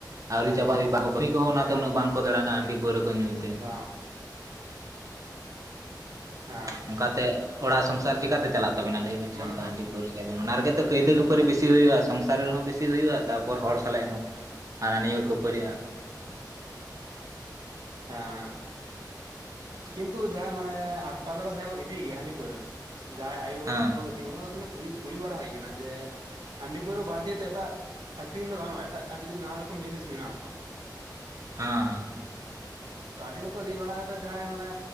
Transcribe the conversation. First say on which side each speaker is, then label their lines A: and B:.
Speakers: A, on the right; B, on the right.
A: ᱟᱹᱣᱨᱤ ᱪᱟᱵᱟᱜ ᱦᱩᱭᱩᱜ ᱠᱚᱦᱚᱸ ᱚᱱᱟᱛᱮ
B: ᱦᱮᱸ
A: <inaudible> ᱩᱱᱟᱹᱜ ᱵᱟᱝᱠᱚ ᱫᱟᱬᱟᱱᱟ ᱦᱟᱸᱰᱤ ᱯᱟᱹᱣᱨᱟᱹ ᱠᱚ ᱧᱩᱭ ᱛᱮ᱾
B: ᱵᱟᱝ ᱦᱟᱸ᱾
A: ᱚᱱᱠᱟᱛᱮ ᱚᱲᱟᱜ ᱥᱚᱝᱥᱟᱨ ᱪᱤᱠᱟᱛᱮ ᱪᱟᱞᱟᱜ ᱛᱟᱵᱮᱱᱟ ᱞᱟᱹᱭᱵᱮᱱ ᱥᱮ
B: ᱢᱟᱱᱮ
A: ᱚᱝᱠᱟ ᱦᱟ ᱯᱟᱣᱨᱟ ᱠᱟᱱ ᱵᱮᱱ, ᱚᱱᱟ ᱨᱮᱜᱮᱚ ᱠᱟᱹᱭᱫᱟᱹ ᱠᱷᱟᱹᱯᱟᱹᱨᱤ ᱵᱤᱥᱤ ᱦᱩᱭᱩᱜᱼᱟ᱾ ᱥᱚᱝᱥᱟᱨ ᱨᱮᱦᱚᱸ ᱵᱤᱥᱤ ᱦᱩᱭᱩᱜᱼᱟ᱾ ᱛᱟᱯᱚᱨ ᱦᱚᱲ ᱥᱟᱞᱟᱜ ᱦᱚᱸ, ᱦᱟᱱᱟ ᱱᱤᱭᱟᱹ ᱠᱚ ᱠᱷᱟᱹᱯᱟᱹᱨᱤᱜᱼᱟ᱾
B: <inaudible> ᱦᱮᱮᱸ ᱠᱤᱱᱛᱩ ᱡᱟᱦᱟᱭᱸ ᱢᱟᱱᱮ ᱦᱟᱴ ᱯᱟᱛᱟ ᱡᱟᱦᱟᱸᱭ ᱠᱚ ᱤᱫᱤᱭ, ᱜᱮᱭᱟ ᱦᱟᱺᱰᱤ ᱯᱟᱹᱣᱟᱹ ᱡᱟᱦᱟᱸᱭ ᱟᱭᱳ ᱦᱚᱲ
A: ᱦᱮᱸ
B: ᱠᱚᱫᱚ ᱢᱟᱱᱮ <unintelligible> ᱠᱩᱞᱤ ᱠᱩᱞᱤ ᱵᱟᱲᱟ ᱦᱩᱭ ᱠᱟᱱᱟ ᱡᱮ ᱦᱟᱺᱰᱤ ᱯᱟᱹᱣᱨᱟᱹ ᱵᱟᱫᱮ ᱫᱤᱭᱮ ᱛᱚ ᱮᱴᱟᱜ ᱟᱠᱷᱨᱤᱧ ᱫᱚ ᱜᱟᱱᱚᱜᱼᱟ ᱮᱴᱟᱜ ᱟᱹᱰᱤ ᱱᱟᱱᱟ ᱨᱚᱠᱚᱢ ᱡᱤᱱᱤᱥ ᱢᱮᱱᱟᱜ ᱟᱛᱚ᱾ <inaudible>
A: ᱦᱟᱸ ᱦᱟᱸ᱾
B: ᱛ ᱟᱹᱰᱤ ᱦᱚᱲ ᱠᱚ ᱞᱟᱹᱭ ᱵᱟᱲᱟ ᱠᱟᱫᱟ ᱡᱟᱦᱟᱸᱭ ᱢᱟᱱᱮ